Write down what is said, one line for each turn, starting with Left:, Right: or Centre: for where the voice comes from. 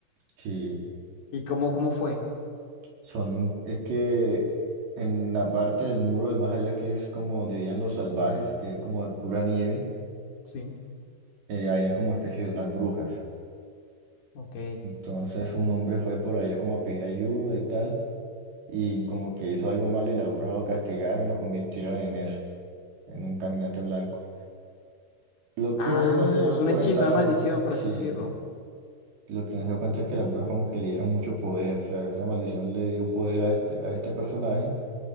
Right: Sí,
Left: ¿Y cómo, cómo fue?
Right: son un- es que en la parte del muro, de más allá que es como donde vivían los salvajes, que es como de pura nieve,
Left: Sí,
Right: eh, habían como especie de unas brujas.
Left: ok.
Right: Entonces un hombre fue por allá como a pedir ayuda y tal, y como que hizo algo malo y las brujas lo castigaron y lo convirtieron en eso, en un caminante blanco. Lo
Left: Ah,
Right: que no se dio
Left: es un
Right: cuenta
Left: hechizo, una
Right: la
Left: maldición,
Right: bruja,
Left: por
Right: sí,
Left: así decirlo.
Right: lo que no se dio cuenta es que la bruja como que le dieron mucho poder, o sea, esa maldición le dio poder a este, a este personaje